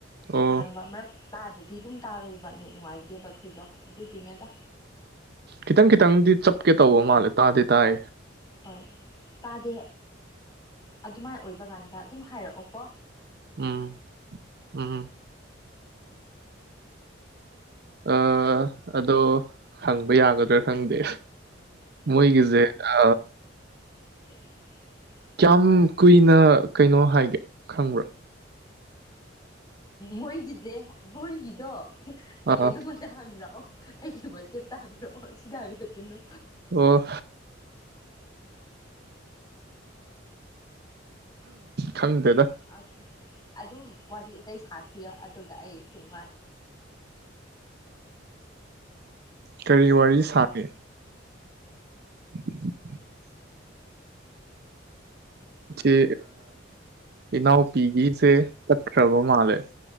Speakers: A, on the right (about 55°); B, on the left (about 20°).
A: ꯑꯣ
B: ꯉꯥꯡꯕ ꯑꯃꯔꯛ ꯇꯥꯗ꯭ꯔꯗꯤ ꯑꯗꯨꯝ ꯇꯥꯔꯣꯏꯕ ꯅꯨꯡꯉꯥꯏꯇꯦꯕ ꯑꯩꯈꯣꯏꯗꯣ ꯑꯗꯨꯒꯤꯅꯦꯗ꯫
A: ꯈꯤꯇꯪ ꯈꯤꯇꯪꯗꯤ ꯆꯞꯀꯦ ꯇꯧꯕ ꯃꯥꯜꯂꯦ ꯇꯥꯗꯦ ꯇꯥꯏ
B: ꯍꯣꯏ ꯇꯥꯗꯦ ꯑꯗꯨꯃꯥꯏꯅ ꯑꯣꯏꯕꯀꯥꯟꯗ ꯑꯗꯨꯝ ꯍꯥꯏꯔꯛꯑꯣ ꯀꯣ
A: ꯎꯝ ꯎꯝ ꯑ ꯑꯗꯣ ꯍꯪꯕ ꯌꯥꯒꯗ꯭ꯔꯥ ꯈꯪꯗꯦ
B: ꯀꯔꯤꯔ
A: ꯃꯣꯏꯒꯤꯁꯦ ꯑ
B: <unintelligible>
A: ꯀꯌꯥꯝ ꯀꯨꯏꯅ ꯀꯩꯅꯣ ꯍꯥꯏꯒꯦ ꯈꯪꯕ꯭ꯔꯥ
B: ꯃꯣꯏꯒꯤꯁꯦ ꯃꯣꯏꯒꯤꯗꯣ ꯑꯩ
A: ꯑꯥ
B: ꯀꯩꯅꯣ ꯇꯥꯡꯈ꯭ꯔꯛꯑꯣ ꯑꯩꯒꯤ ꯃꯁꯦ ꯇꯥꯡꯈ꯭ꯔꯑꯣ ꯁꯤꯗꯥꯡꯈ꯭ꯔꯗꯅꯣ
A: ꯑꯣ ꯈꯪꯗꯦꯗ
B: ꯑꯣ ꯑꯗꯨ ꯑꯗꯨꯝ ꯋꯥꯔꯤ ꯑ ꯁꯥꯈꯤꯌꯣ ꯑꯗꯨꯒ ꯑꯩ ꯀꯩꯅꯉ
A: ꯀꯔꯤ ꯋꯥꯔꯤ
B: ꯇꯧꯕꯤꯒꯦ
A: ꯁꯥꯒꯦ <unintelligible> ꯁꯤ ꯏꯅꯥꯎꯄꯤꯒꯤꯁꯦ ꯆꯠꯈ꯭ꯔꯕ ꯃꯥꯜꯂꯦ